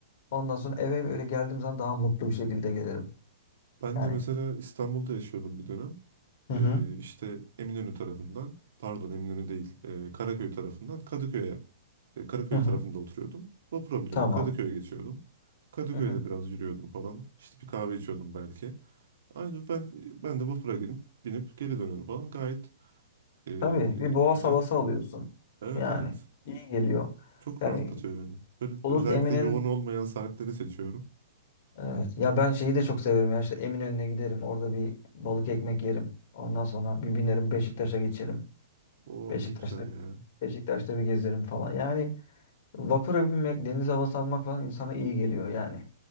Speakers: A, on the left; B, on the right.
A: Ondan sonra eve böyle geldiğim zaman daha mutlu bir şekilde gelirim.
B: Ben
A: Yani.
B: de mesela İstanbul'da yaşıyordum bir dönem.
A: Hı
B: E,
A: hı.
B: işte Eminönü tarafından, pardon Eminönü değil, e, Karaköy tarafından Kadıköy'e, e, Karaköy
A: Hı hı.
B: tarafında oturuyordum. Vapura biniyordum,
A: Tamam.
B: Kadıköy'e geçiyordum. Kadıköy'de
A: Hı hı.
B: biraz yürüyordum falan. İşte bir kahve içiyordum belki. Aynen ben ben de vapura binip, binip geri dönüyorum falan. Gayet e,
A: Tabii bir boğaz
B: güzel
A: havası
B: de
A: alıyorsun.
B: yani. Evet
A: Yani
B: evet.
A: iyi geliyor.
B: Çok
A: Yani
B: rahatlatıyor beni. Böyle
A: olur
B: özellikle
A: ki Emin'in
B: yoğun olmayan saatleri seçiyorum.
A: evet ya ben şeyi de çok severim ya işte Eminönü'ne giderim. Orada bir balık ekmek yerim. Ondan sonra bir binerim Beşiktaş'a geçerim.
B: Oh
A: Beşiktaş'ta
B: ne güzel ya.
A: Beşiktaş'ta bir gezerim falan. Yani vapura binmek, deniz havası almak falan insana iyi geliyor yani.